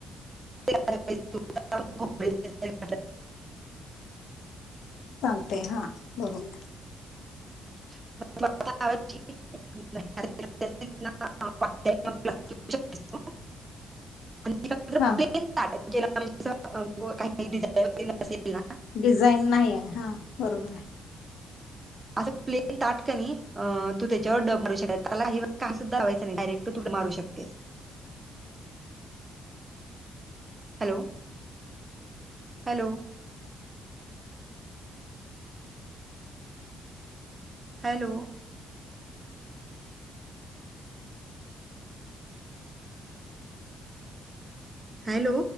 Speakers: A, on the right (about 25°); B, on the left (about 75°).
A: अर बाई तूप <unintelligible>
B: चालतय हां वरून
A: <unintelligible> <unintelligible> आणि <unintelligible> म्ह
B: हा
A: <unintelligible> काही काही डिझाईन वगैरे असेल ना
B: डिझाईन नाही हां बरोबर आहे.
A: अस प्लेन ताट कनाय तू त्याच्यावर डबमारू शकते त्याला हे काय सुद्धा लावायच नाही डायरेक्ट <unintelligible> मारू शकते. Hello, hello hello hello